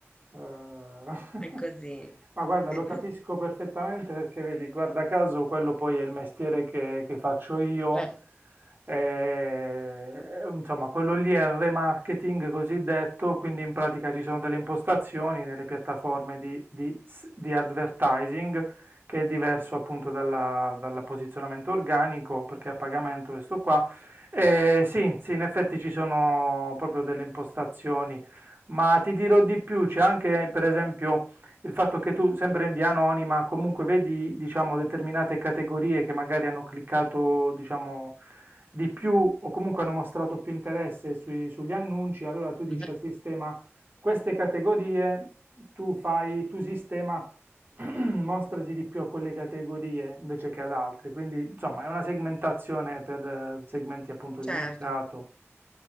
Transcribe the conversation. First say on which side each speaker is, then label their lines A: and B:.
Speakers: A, on the right; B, on the left.
A: <laughs>
B: È così.
A: Ma guarda,
B: <laughs>
A: lo capisco perfettamente perché vedi, guarda caso, quello poi è il mestiere che, che faccio io.
B: Eh,
A: Eh, insomma, quello lì è il remarketing cosiddetto, quindi in pratica ci sono delle impostazioni nelle piattaforme di, di s- di advertising che è diverso appunto dalla- dal posizionamento organico, perché a pagamento questo qua eh, sì, sì, in effetti ci sono proprio delle impostazioni, ma ti dirò di più, c'è anche per esempio il fatto che tu, sempre in via anonima, comunque vedi, diciamo, determinate categorie che magari hanno cliccato, diciamo, di più o comunque hanno mostrato più interesse sui- sugli annunci, allora tu dici
B: eh,
A: al sistema queste categorie, tu fai, tu sistema <clears throat> mostrati di più a quelle categorie invece che ad altre, quindi insomma è una segmentazione per eh, segmenti appunto
B: Certo.
A: di mercato.